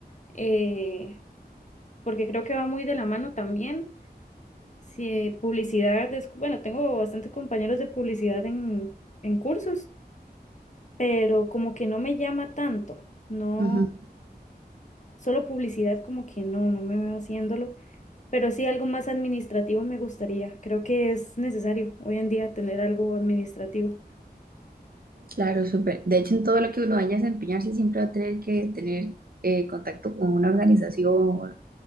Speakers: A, on the left; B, on the right.
A: eh, porque creo que va muy de la mano también. Si publicidad, es- bueno, tengo bastantes compañeros de publicidad en, en cursos, pero como que no me llama tanto, no,
B: Ujú.
A: solo publicidad como que no, no me veo haciéndolo, pero sí algo más administrativo me gustaría. Creo que es necesario hoy en día tener algo administrativo.
B: Claro, súper. De hecho, en todo lo que uno vaya a desempeñarse siempre va a tener que tener eh, contacto con una organización,